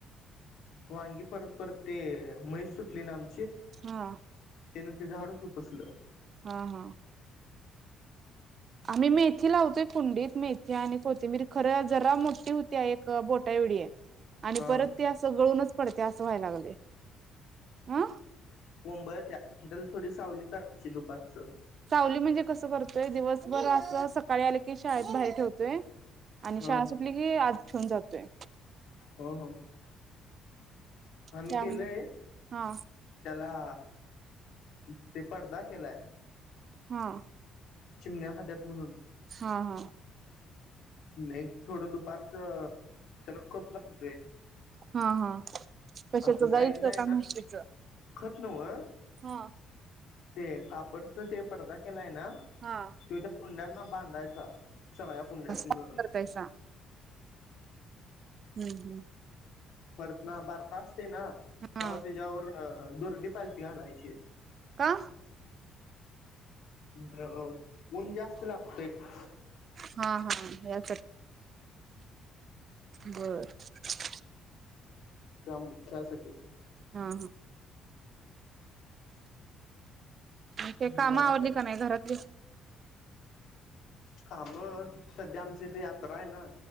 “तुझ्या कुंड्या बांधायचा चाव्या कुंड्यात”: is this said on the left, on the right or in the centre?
Left